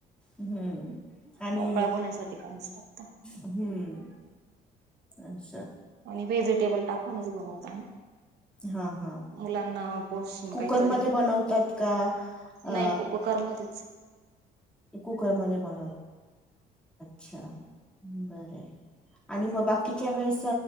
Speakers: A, in the centre; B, on the right.
A: हम्म आणि
B: मोकळा होण्यासाठी कमीच टाकता
A: हम्म अच्छा
B: आम्ही वेजिटेबल टाकूनच बनवतो
A: हां, हां.
B: मुलांना विचारूनच
A: कुकरमध्ये
B: काहीतरी
A: बनवतात का अ,
B: नाही कुकरमध्येच
A: कुकरमध्ये पण छान होता आणि मग बाकीच्या वेळेस